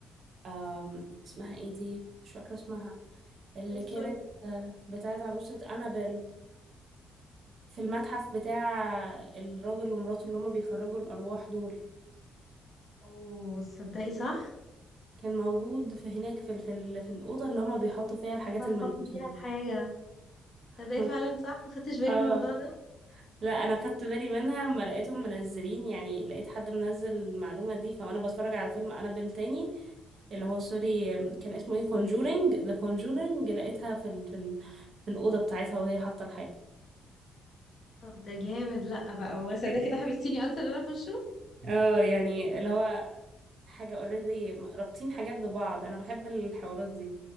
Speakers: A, on the right; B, on the left.
A: آم، اسمها ايه دي مش فاكرة اسمها اللي
B: ستوري
A: كانت آه، بتاعت عروسة أنابل في المتحف بتاع الراجل ومراته اللي هما بيخرجوا الأرواح دول
B: اوه تصدقي صح
A: كان موجود في هناك في ال- في ال- في الأوضة اللي هما بيحطوا فيها الحاجات
B: فصلت
A: الملبوسة
B: فيها
A: دي
B: الحاجة
A: <laughs>
B: تصدقي فعلا صح ما خدتش بالي
A: اه
B: من الموضوع ده
A: لا انا خدت بالي منها اما لقيتهم منزلين يعني لقيت حد منزل المعلومه دي فانا بتفرج على فيلم انابيل تاني اللي هو سوري كان اسمه ايه كونجورينج ذا كونجورينج لقيتها في ال... في ال... في الاوضه بتاعتها وهي حاطه الحاجه
B: طب ده جامد لا بقى والله صدق
A: <laughs>
B: كده حبستيني اكتر ان انا اخشه
A: اه يعني اللي هو حاجه اوريدي رابطين حاجات ببعض انا بحب الحوارات دي